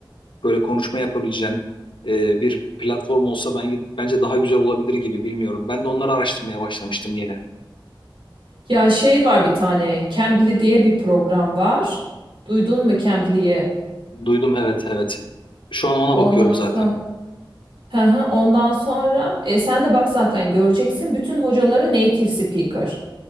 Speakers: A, on the left (about 70°); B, on the right (about 80°).
A: böyle konuşma yapabileceğin e, bir platform olsa ben, bence daha güzel olabilir gibi bilmiyorum. Ben de onları araştırmaya başlamıştım yeni.
B: Ya şey var bir tane, Cambly diye bir program var. Duydun mu Cambly'yi?
A: Duydum evet evet. Şu an ona
B: Ondan
A: bakıyorum zaten.
B: sonra, hı hı, ondan sonra e, sen de bak zaten göreceksin bütün hocaları native speaker.